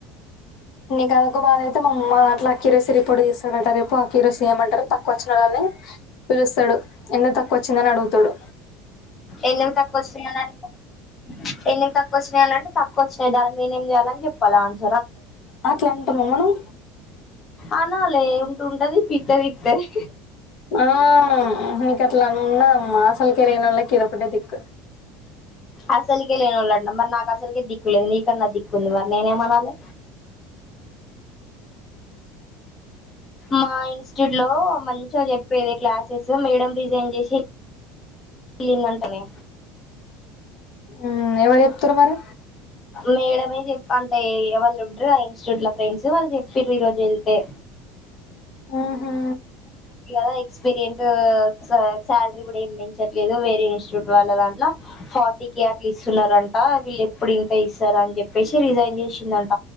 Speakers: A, on the left (about 50°); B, on the left (about 20°).
A: నీక్ అదొక బాధ అయితే మా దాంట్ల కిరోసి రిపోర్ట్ తీస్తడంట రేప్, ఆ కిరోసి ఏమంటరు తక్కువచ్చిన నోళ్ళని పిలుస్తడు. ఎందుకు తక్కువ వచ్చిందని అడుగుతడు.
B: ఎందుకు తక్కువచ్చినయి అని అంటే. ఎందుక్ తక్ వచ్చినయ్ అని అంటే, తక్కువ వచ్చినయ్ దానికి నేనేం చేయాలని చెప్పాలా ఆన్స
A: అట్ల అంటమ మనం.
B: అనాలే ఉంట్ ఉంటది పీకితే పికతది.
A: ఆ నీకు అట్లా ఉన్నదమ్మా, అసల్కే నోళ్ళకి ఇది ఒకటే దిక్కు.
B: అసల్కే లేనోళ్ళంట మరి నాక్ అసల్కే దిక్కులేదు. నీకన్నా దిక్కుంది మరి నేనేమనాలె. మాయి ఇన్స్టిట్యూట్ లో మంచిగ చెప్పేదె క్లాసెస్ మేడమ్. రిజైన్ చేసి వెలిందంటనే.
A: ఊ ఎవరు చెప్తరు మరి.
B: మేడమే చెప్ అంటే ఇగ వాళ్ళు ఉంటరు గదా ఇన్స్టిట్యూట్ ల ఫ్రెండ్స్ వాళ్ళు చెప్ప్ర ఈ రోజు ఎళ్తే.
A: ఆహా
B: ఇయాల ఎక్స్పీరియన్స్ ఆ శాలరీ కూడా ఏం మించట్లేదు. వేరే ఇన్స్టిట్యూట్ వాళ్ల దాంట్ల, ఫార్టీకే అట్ల ఇస్తున్నరంటా. వీళ్ళు ఎప్పుడు ఇంతె ఇస్తర్ అని చెప్పేశి రిజైన్ చేశిందంట.